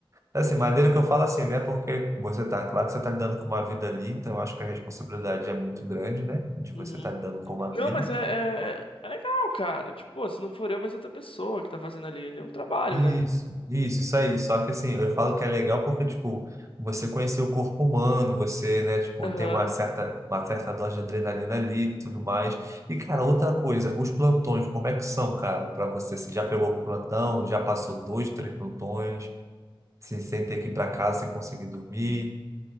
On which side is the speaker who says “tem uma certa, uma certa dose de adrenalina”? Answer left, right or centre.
Right